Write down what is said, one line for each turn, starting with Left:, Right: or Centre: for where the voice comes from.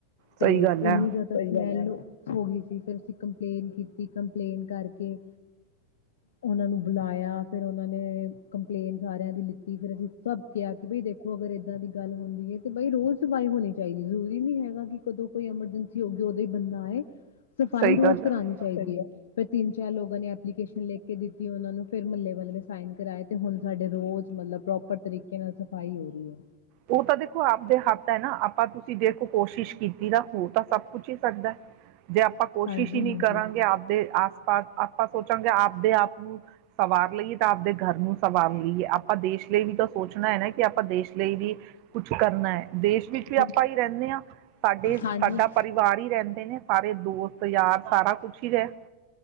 Left: ਤੇ
Right: ਸਹੀ ਗੱਲ
Left: ਇਨੀ
Right: ਹੈ
Left: ਜਿਆਦਾ ਹੋ ਗਈ ਸੀ ਫਿਰ ਅਸੀਂ ਕੰਪਲੇਂਨ ਕੀਤੀ ਕੰਪਲੇਂਨ ਕਰਕੇ ਉਹਨਾਂ ਨੂੰ ਬੁਲਾਇਆ ਫਿਰ ਉਹਨਾਂ ਨੇ ਕੰਪਲੇਨ ਸਾਰਿਆਂ ਦੀ ਲਿੱਤੀ ਫਰ ਅਸੀਂ ਸਭ ਕਿਹਾ ਕਿ ਬਈ ਦੇਖੋ ਅਗਰ ਏਦਾਂ ਦੀ ਗੱਲ ਹੁੰਦੀ ਹੈ, ਤੇ ਬਈ ਰੋਜ਼ ਸਫ਼ਾਈ ਹੋਣੀ ਚਾਹੀਦੀ ਜ਼ਰੂਰੀ ਨੀ ਹੈਗਾ ਕਿ ਕਦੋਂ ਕੋਈ ਐਮਰਜੈਂਸੀ ਹੋਜੇ ਉਦੋਂ ਹੀ ਬੰਦਾ ਹੈਏ ਸਫਾਈ
Right: ਸਹੀ
Left: ਰੋਜ਼
Right: ਗੱਲ
Left: ਕਰਾਣੀ
Right: ਹੈ
Left: ਚਾਹੀਦੀ ਹੈ, ਫਿਰ ਤਿੰਨ ਚਾਰ ਲੋਕਾਂ ਨੇ ਐਪਲੀਕੇਸ਼ਨ ਲੈ ਕੇ ਦਿੱਤੀ ਉਹਨਾਂ ਨੂੰ ਫਿਰ ਮਹੱਲੇ ਵਾਲੇ ਨੇ ਸਾਈਨ ਕਰਾਏ ਤੇ ਹੁਣ ਸਾਡੇ ਰੋਜ਼ ਮਤਲਬ ਪ੍ਰੋਪਰ ਤਰੀਕੇ ਨਾਲ ਸਫ਼ਾਈ ਹੋ ਰਹੀ ਹੈ।
Right: ਉਹ ਤਾਂ ਦੇਖੋ ਆਪਦੇ ਹੱਥ ਹੈ, ਨਾ ਆਪਾਂ ਤੁਸੀਂ ਦੇਖੋ ਕੋਸ਼ਿਸ਼ ਕੀ ਪੁਰਾ ਹੋ ਤਾਂ ਸਭ ਕੁੱਛ ਹੀ ਸਕਦਾ ਜੇ ਆਪਾਂ ਕੋਸ਼ਿਸ਼
Left: ਹਾਂਜੀ
Right: ਹੀ ਨਹੀਂ
Left: ਹਾਂਜੀ
Right: ਕਰਾਂਗੇ ਆਪਦੇ ਆਪਾਂ ਸੋਚਾਂਗੇ ਆਪਦੇ ਆਪ ਨੂੰ ਸਵਾਰ ਲਈਏ ਤਾਂ ਆਪਦੇ ਗਰ ਨੂੰ ਸਵਾਰ ਲਈਏ ਆਪਾਂ ਦੇਸ਼ ਲਈ ਵੀ ਤਾਂ ਸੋਚਣਾ ਹੈ, ਨਾ ਆਪਾਂ ਦੇਸ਼ ਲਈ ਵੀ ਕੁਛ ਕਰਨਾ ਹੈ। ਦੇਸ਼ ਵਿੱਚ ਵੀ
Left: ਹਾਂਜੀ
Right: ਆਪਾਂ ਹੀ ਰਹਿੰਨੇ ਹਾਂ ਸਾਡੇ
Left: ਹਾਂਜੀ
Right: ਸਾਡਾ ਪਰਿਵਾਰ ਹੀ ਰਹਿੰਦੇ ਨੇ ਸਾਰੇ ਦੋਸਤ ਯਾਰ ਸਾਰਾ ਕੁਛ ਹੀ ਹੈ।